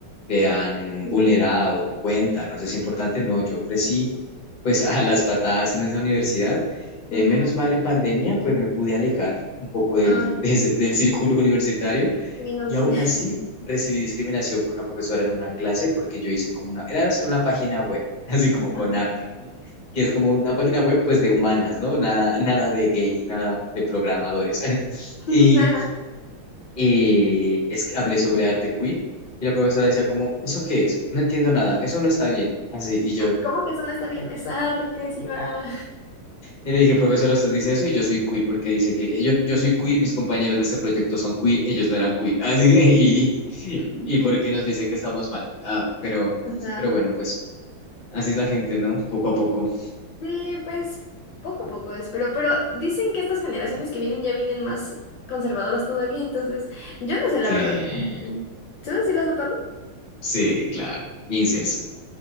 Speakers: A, on the left; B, on the left.
A: te han
B: sí.
A: vulnerado, cuenta, no es importante, no, yo crecí pues a las patadas en esa universidad. Eh,
B: Mm,
A: menos mal en pandemia, pues me pude alejar un poco del,
B: Ay,
A: <laughs> de ese-
B: sí,
A: del círculo universitario
B: vino
A: y
B: bien.
A: aún
B: <laughs>
A: así recibí discriminación por una profesora en una clase porque yo hice como una, era hacer una página web, <laughs> así como con
B: Ajá.
A: arte, que es como una página web pues de humanas, ¿no? Nada, nada de gay, nada de programadores. <laughs>
B: <laughs>
A: Y,
B: Ajá.
A: y es que hablé sobre arte queer y la profesora decía como, ¿eso qué es? No entiendo nada, eso no está bien. Así, y yo...
B: Ay, ¿Cómo que eso no está bien? Es arte, señora.
A: Y le dije, profesora, usted dice eso y yo soy queer porque dice que yo, yo soy queer, mis compañeros de este proyecto son queer, ellos no eran queer. <laughs> Así que, y,
B: <laughs>
A: y porque nos dice que estamos mal. Ah, pero,
B: Ajá.
A: pero bueno, pues así es la gente, ¿no? Poco a poco.
B: Sí, pues poco a poco es, pero, pero dicen que estas generaciones que vienen ya vienen más conservadoras todavía, entonces yo no sé la
A: Sí,
B: verdad.
A: eh,
B: Ujú. ¿Tú sí lo has notado?
A: sí, claro. Incels.